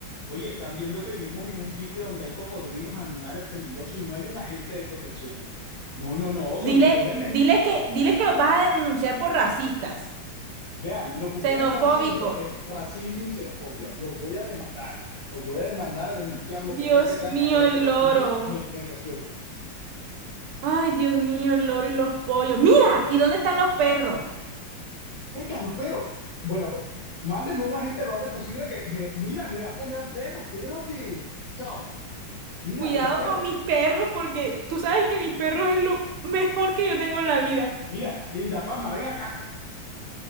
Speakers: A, on the left; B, on the right.
A: Oye, están viendo que vivimos en un sitio donde hay cocodrilos, animales peligrosos y no hay un agente de protección. No, no, no, solucionenme.
B: Dile, dile que, dile que los vas a denunciar por racistas,
A: Vean, lo que ustedes
B: xenofóbicos.
A: están haciendo es racismo y xenofobia. Los voy a demandar, los voy a demandar a denunciar lo
B: Dios
A: que sea que tenga
B: mío,
A: que hacer,
B: el
A: pero
B: loro.
A: aquí me, me, me resuelve.
B: Ay, Dios mío, el loro y los pollos. Mira, ¿y dónde están los perros?
A: Estas los perros. Bueno, pues, mándenme un agente lo antes posible que, me, mira, me va a comer al perro, espérate. Chao. Mira,
B: Cuidado
A: el perro.
B: con mis perros porque tú sabes que mis perros es lo mejor que yo tengo en la vida.
A: Mira, Linda Palma, ven acá.